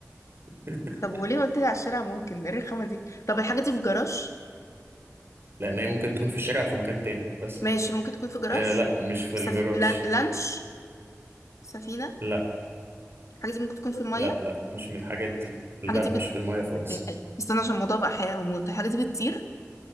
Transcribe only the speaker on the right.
<laughs>
لان هي ممكن تكون في الشارع أو في مكان تاني بس
آه لا مش في
الجراج
لا
لا لا مش من الحاجات دي لا
مش في المية خالص